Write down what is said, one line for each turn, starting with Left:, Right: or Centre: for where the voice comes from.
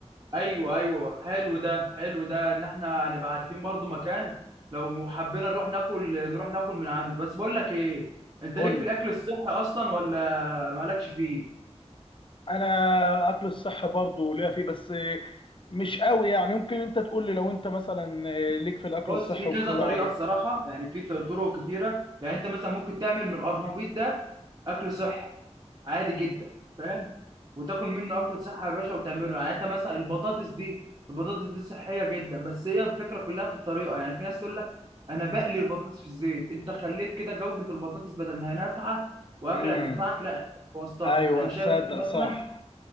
Right: ايوه ايوه حلو ده حلو ده ان احنا هنبقى عارفين برضو مكان لو حبينا نروح ناكل نروح ناكل من عنده بس بقول لك ايه انت
Left: قول
Right: ليك في الاكل
Left: لي
Right: الصحي اصلا ولا مالكش فيه
Left: انا اكل الصحي برضو ليا فيه بس مش قوي يعني يمكن انت تقول لي لو انت مثلا ليك في الاكل
Right: بص
Left: الصحي
Right: في كذا
Left: وكده
Right: طريقه
Left: عرفني
Right: الصراحه يعني في طرق كتيره يعني انت مثلا ممكن تعمل من القرنبيط ده اكل صحي عادي جدا فاهم وتاكل منه اكله صحه يا باشا وتعمله يعني انت مثلا البطاطس دي البطاطس دي صحيه جدا بس هي الفكره كلها في الطريقه يعني في ناس تقول لك انا بقلي البطاطس في الزيت انت خليت كده جوده البطاطس بدل ما هي نافعه واكله
Left: امم
Right: هتنفعك لا انت بوظتها
Left: ايوه
Right: فانا
Left: تصدق
Right: شايف إن انت مثلا
Left: صح